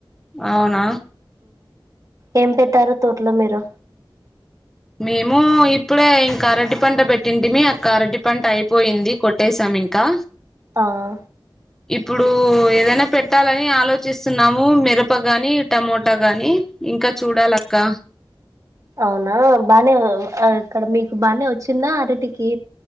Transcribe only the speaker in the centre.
ఔన
మేమూ ఇప్పుడే ఇంకరటి పంట పెట్టింటిమీ ఆ కరటి పంట అయిపోయింది కొట్టేేసాం మింకా
ఇప్పుడూ ఏదన్న పెట్టాలని ఆలోచిస్తున్నాము మిరప గానీ టమోటా గాని ఇంక చూడాలక్కా